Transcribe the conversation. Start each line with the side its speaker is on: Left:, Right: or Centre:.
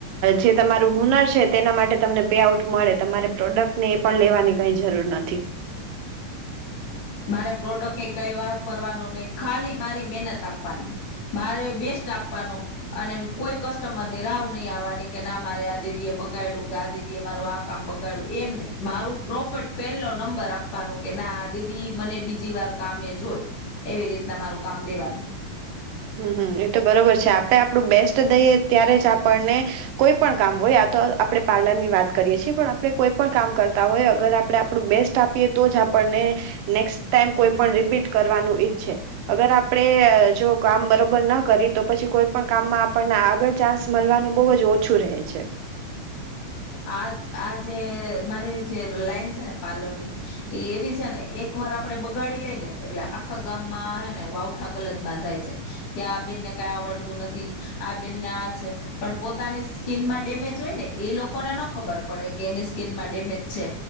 Right: જે તમારું હુનર છે તેના માટે તમને પેઆઉટ મળે તમારે પ્રોડક્ટને એ પણ લેવાની કઈ જરૂર નથી
Left: મારે પ્રોડક્ટ એ કઈ વાપરવાનો નહીિ ખાલી મારી મહેનત આપવાની મારે બેસ્ટ આપવાનું અને કોઈ કસ્ટમરની રાાવ નહીિ આવવાની કે ના મારે આ દીદી એ બગાડું કે આ દીદી એ મારું આ કામ બગાડું એમ નહીિ મારું પ્રોફિટ પહેલો નંબર આપવાનું કે ના આ દ મને બીજી વાર કામે જોય એવી રીતના મારું કામ દેવાનું
Right: હમ હમ એ તો બરોબર છે આપણે આપણું બેસ્ટ દઈએ ત્યારે જ આપણને કોઈ પણ કામ હોય આ તો આપણે પાર્લર ની વાત કરીએ છીએ પણ આપણે કોઈ પણ કામ કરતા હોય અગર આપણે આપણું બેસ્ટ આપીએ તો જ આપણને નેક્સ્ટ ટાઈમ કોઈ પણ રીપીટ કરવાનું ઈચ્છે અગર આપણે જો કામ બરોબર ના કરી તો પછી કોઈ પણ કામમાં આપણને આગળ ચાન્સ મળવાનું બહુ જ ઓછું રહે છે
Left: આ આ જે મારી જે લાઈન છે ને પાર્લર ની એ એવી છે ને એક વાર આપડે બગાડી લઈ ને એટલે આખા ગામમાં હ ને વાવઠા ગલત બાંધાય છે કે આ બેનને કઈ આવડતું નથી આ બેનને આ છે પણ પોતાની સ્કીિન માં ડેમેજ હોય ને એ લોકોને ન ખબર પડે કે એની સ્કીિનમાં ડેમેજ છે,